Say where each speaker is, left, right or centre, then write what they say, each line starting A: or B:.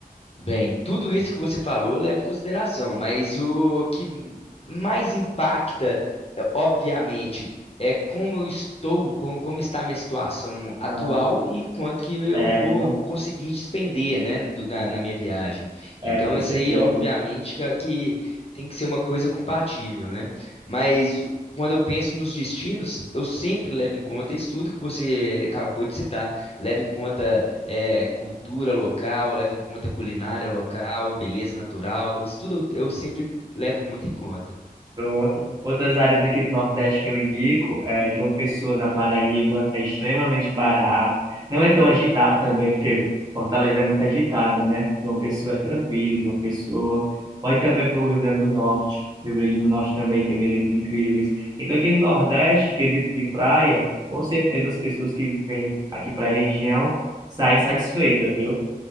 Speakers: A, on the left; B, on the right.
A: Bem, tudo isso que você falou leva em consideração, mas o que mais impacta, é, obviamente, é como eu estou, com- como está a minha situação atual
B: Ah,
A: e quanto que eu
B: é,
A: vou
B: viu?
A: conseguir despender, né, no- na, na minha viagem.
B: É,
A: Então,
B: com certeza.
A: isso aí, obviamente, que, é- que tem que ser uma coisa compatível, né? Mas quando eu penso nos destinos, eu sempre levo em conta isso tudo que você acabou de citar. Levo em conta é, cultura local, leva em conta culinária local, beleza natural, isso tudo eu, eu sempre levo muito em conta.
B: Pronto. Outras áreas aqui do Nordeste que eu indico, é João Pessoa, na Paraíba, é extremamente barato. Não é tão agitado também, porque Fortaleza é muito agitado, né? João Pessoa é tranquilo, João Pessoa. Pode também para o Rio Grande do Norte. Rio Grande do Norte também tem belezas incríveis. Então, aqui no Nordeste, quesito de praia, com certeza as pessoas que vêm aqui para a região saem satisfeitas, viu?